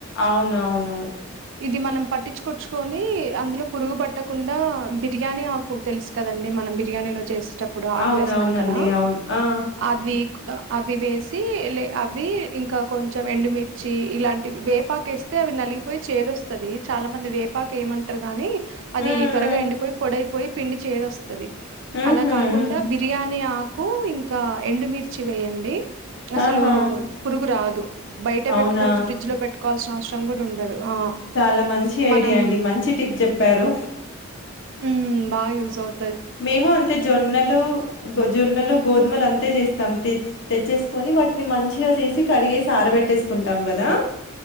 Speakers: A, on the left; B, on the right.
A: అవునవును.
B: ఇది మనం పట్టిచుకొచ్చుకొని అందులో పురుగు పట్టకుండా బిర్యానీ ఆకు తెలుసు కదండి మనం బిర్యానీలో చేసేటప్పుడు ఆకు
A: అవునవునండి.
B: వేస్తాం కదా
A: అవును. ఆ!
B: అద్విక్ అవి వేసి అవి ఇంకా కొంచెం ఎండుమిర్చి ఇలాంటి వేపా పాకేస్తే అవి నలిగిపోయి చేదొస్తది చాలా మంది వేపాక ఏయమంటరు గాని అది
A: హ్మ్.
B: త్వరగా ఎండిపోయి పొడైపోయి పిండి చేదొస్త
A: హ్మ్.
B: అలా
A: హుహు.
B: కాకుండా
A: హ్మ్.
B: బిర్యానీ ఆకు ఇంకా ఎండుమిర్చి వేయండి అసలు
A: ఆహా!
B: పురుగు రాదు బయట
A: అవునా!
B: పేటుకోవచూ ఫ్రిడ్జ్ లో పెట్ కోవాల్సిన అవసరం కూడా ఉండదు ఆ
A: చాలా మంచి ఐడియా
B: మనం
A: అండి మంచి టిప్ చెప్పారు
B: హ్మ్ బాగ యూజ్ అవు
A: మేము అంతే జొన్నలు గ జొన్నలు గోధుమలు అంతే చేస్తాం తెచ్చేసుకొని వాటిని మంచిగా చేసి కడిగేసి ఆరబెట్టేసుకు కుంటాం కదా